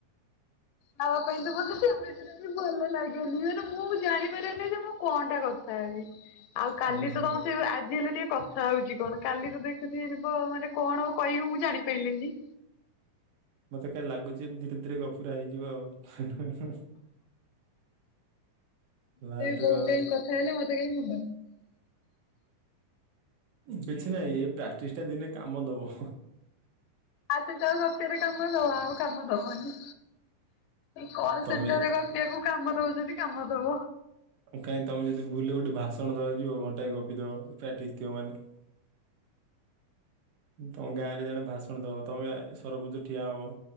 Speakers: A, on the left; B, on the right.
A: ଖବା ପାଇଁ ତ ବଝ ସେ <unintelligible> ବି ଭଲ ଲାଗେନି ମାନେ ମୁଁ ଜାଣିପାରେନି ଯେ ମୁଁ କଣ ଟା କଥା ହେବି। ଆଉ କାଲି
B: ହୁଁ
A: ତ
B: ହୁଁ
A: କଣ ସେ ଆଜି ହେଲେ ଟିକେ କଥା ହଉଛି କଣ କାଲି ତ ଦେଖୁଛିିବ ମାନେ କଣ କହିବୁ ମୁଁ ଜାଣିପାରିଲିନି।
B: ମତେ କାହି ଲାଗୁଛି ଧୀରେ ଧୀରେ ଗଫୁରା ହେଇଯିବ ଆଉ। ଲାଷ୍ଟେ
A: ସେ ବହୁତ
B: ତା
A: ଟାଇମ କଥା ହେଲେ ମତେ କାଇଁ ମୁଣ୍ଡ
B: କିଛି ନାଇଁ ଏ ପ୍ରାକ୍ଟିସ ଟା ଦିନେ କାମ ଦବ।
A: ଆ ସେଟା ଆଉ ବାତ୍ୟରେ କାମ ଦବା ଆଉ କାମ ଦବନି କ
B: ତମେ
A: ସେଟରରେ ସେକୁ କାମ ଦଉଛନ୍ତି। କାମ ଦବ।
B: କାହିଁ ତମେ ଯଦି ଭୁଲ ଗୋଟେ ଭାଷଣ ଦବାକୁ ଯିବ ଘଣ୍ଟାଏ ଗପି ଦବ। ପାର୍ଟିସ ଥିବ ମାନେ। ତମ ଗାଁ ରେ ଜଣେ ଭାଷଣ ଦବ ତମେ ସରପଞ୍ଚ ଠିଆ ହବ।